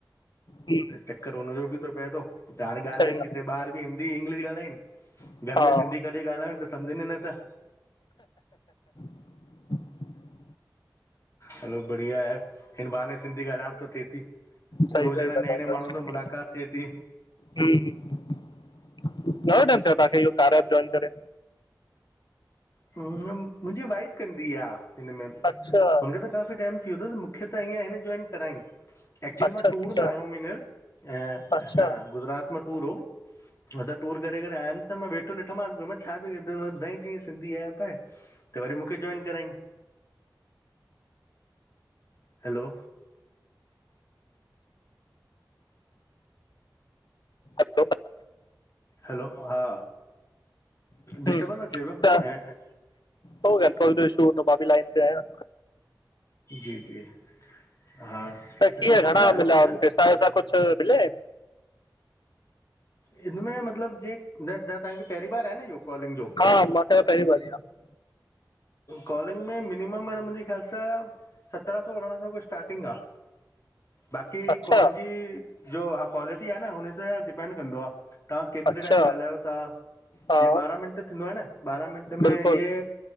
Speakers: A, on the left (about 75°); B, on the left (about 40°).
A: जी
B: त चक्कर हुनजो बि थो पए थो, त हाणे ॻाल्हाइनि
A: सही ॻाल्हि
B: किथे ॿार बि हिंदी, इंग्लिश ॻाल्हाइनि
A: आहे
B: घर में
A: हा
B: सिंधी कॾहिं ॻाल्हायूं त सम्झनि नथा।
A: <inaudible>
B: हलो बढिया आहे, हिन बहाने सिंधी ॻाल्हाइण त थिए थी।
A: सई
B: रोज़ाना
A: सई था
B: नए
A: चऔ,
B: नए माण्हुनि
A: सही
B: सां मुलाक़ात थिए थी
A: हम्म। घणों टाइम थियो आ तव्हांखे इहो कारया ऐप ज्वाइन करे?
B: मुंहिंजी वाइफ कंदी आ। हिन में, हुनखे
A: अच्छा
B: त काफ़ी टाइम थी वियो तस, मूंखे त ईअ हिन जोइन करायई। एक्चुली
A: अच्छा
B: मां
A: अच्छा
B: टूर त आयो हुयमि हींअर, ऐं
A: अच्छा
B: हिता गुजरात में टूर हो, मां त टूर करे करे आयमि त मां वेठो ॾिठोमास, मां चयो छा पई करीब? त हुन बुधायई चयईं सिंधी एप आहे त वरी मूंखे जॉइन कराई। हैलो,
A: हलो
B: हैलो हा
A: हम्म
B: डिस्टबंस अचे पियो
A: त
B: ऐं
A: हो नेटवर्क जो ईशू हो, मा बि लाइन ते आहियां
B: जी जी। हा, त
A: कीअं
B: सुठो
A: घणा
B: आये हुअं
A: मिलिया
B: त
A: पैसा कुछ मिला?
B: हिनमे मतलब जे, त्हांखे पहिरीं बार आहे न इहो कॉलिंग जो?
A: हा मूंखे पहिरीं भरी आहे
B: कॉलिंग में मिनिमम म मुंहिंजी ख्याल सां सत्रह सौ अरढा सौ जो स्टार्टिंग आ। बाक़ी
A: अच्छा
B: कॉल जी जो क्वालिटी हुन सां डि डिपेंड कंदो आहे तव्हां केतिरे
A: अच्छा
B: टाइम ॻाल्हायो ता
A: हा
B: जीअ ॿारहां मिंट थींदो आहे न ॿारहां मिनंट में
A: बिल्कुलु
B: हे